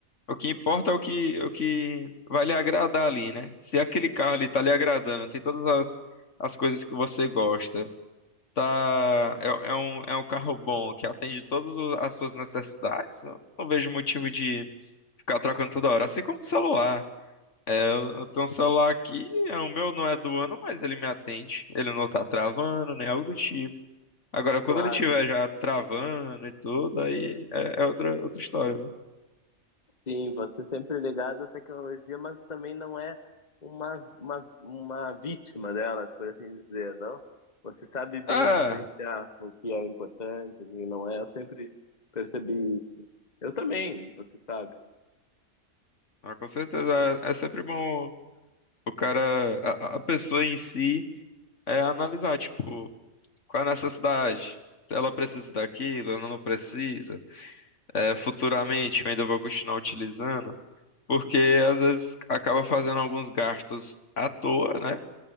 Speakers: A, on the left; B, on the left.
A: O que importa é o que, o que vai lhe agradar ali, né? Se aquele carro ali tá lhe agradando, tem todas as, as coisas que você gosta, tá. É, é um, é um carro bom, que atende todas o- as suas necessidades. Eu não vejo motivo de ficar trocando toda hora. Assim como o celular. Eu tenho um celular aqui, é, o meu não é do ano, mas ele me atende. Ele não tá travando, nem algo do tipo. Agora, quando
B: Claro.
A: ele tiver já travando e tudo, aí é, é outra, outra história, né?
B: Sim, você sempre ligado à tecnologia, mas também não é uma, uma, uma vítima delas, por assim dizer, não? Você sabe bem
A: É,
B: diferenciar o que é importante, o que não é. Eu sempre percebi isso. Eu também, você sabe.
A: ah, com certeza. É, é sempre bom o cara, a, a pessoa em si, é analisar, tipo, qual é a necessidade. Se ela precisa daquilo, ela não precisa. É, futuramente eu ainda vou continuar utilizando. Porque às vezes acaba fazendo alguns gastos à toa, né?